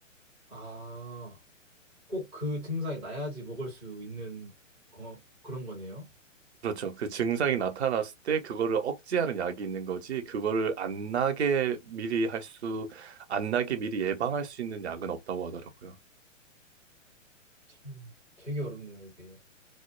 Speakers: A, in the centre; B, on the right (about 55°).
A: 아, 꼭 그 증상이 나야지 먹을 수 있는 거, 그런 거네요.
B: 그렇죠. 그 증상이 나타났을 때 그거를 억제하는 약이 있는 거지, 그거를 안 나게 미리 할 수, 안 나게 미리 예방할 수 있는 약은 없다고 하더라고요.
A: 참, 되게 어렵네요, 이게.